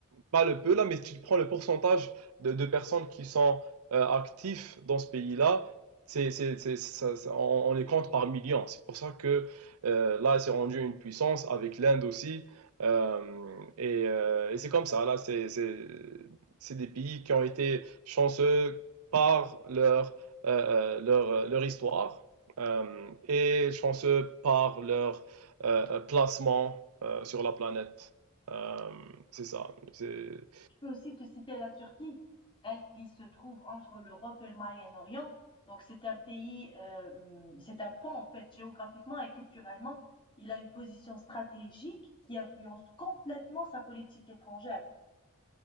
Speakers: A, on the right; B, on the left.
A: pas le peu là, mais si tu prends le pourcentage de, de personnes qui sont euh, actifs dans ce pays-là, c'est, c'est, c'est- ça- ça- on, on les compte par millions. C'est pour ça que euh, là, c'est rendu une puissance avec l'Inde aussi. Euh, et euh, et c'est comme ça, là, c'est, c'est, c'est des pays qui ont été chanceux par leur, euh, euh, leur, euh, leur histoire euh, et chanceux par leur euh, euh, placement euh, sur la planète. Euh, c'est ça. C'est
B: Je peux aussi te citer la Turquie, elle qui se trouve entre l'Europe et le Moyen-Orient. Donc c'est un pays, euh, hum, c'est un pont en fait, géographiquement et culturellement. Il a une position stratégique qui influence complètement sa politique étrangère.